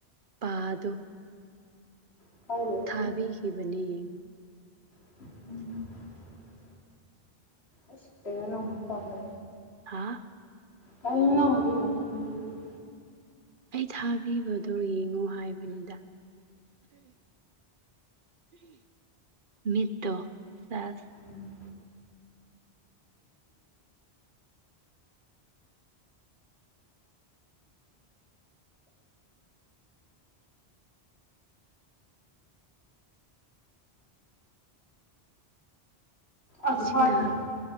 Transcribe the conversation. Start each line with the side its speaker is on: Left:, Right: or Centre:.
Right: ꯄꯥꯗꯣ꯫
Left: <unintelligible>
Right: ꯊꯥꯕꯤꯈꯤꯕꯅꯤ꯫
Left: <inaudible> ꯑꯁ ꯀꯩꯅꯣ ꯅꯪ ꯃꯈꯣꯟꯗꯣ꯫
Right: ꯍꯥꯥ꯫
Left: ꯀꯩꯅꯣ ꯅꯪ ꯍꯧꯖꯤꯛ ꯃꯈꯣꯟ ꯗꯨ ꯫
Right: ꯑꯩ ꯊꯥꯕꯤꯕꯗꯣ ꯌꯦꯡꯉꯣ ꯍꯥꯏꯕꯅꯤꯗ꯫ ꯃꯤꯠꯇꯣ ꯁꯦꯁ
Left: ꯎꯝ ꯑꯁ
Right: ꯁꯤꯅꯥ꯫
Left: ꯊꯥꯗꯅ